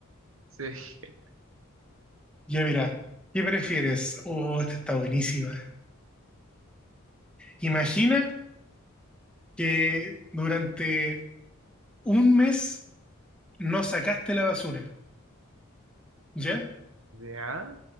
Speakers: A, on the right; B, in the centre.
A: Sí. <laughs>
B: Ya mira, ¿qué prefieres? Oh, esta está buenísima. Imagina que durante un mes no sacaste la basura, ¿ya?
A: Ya.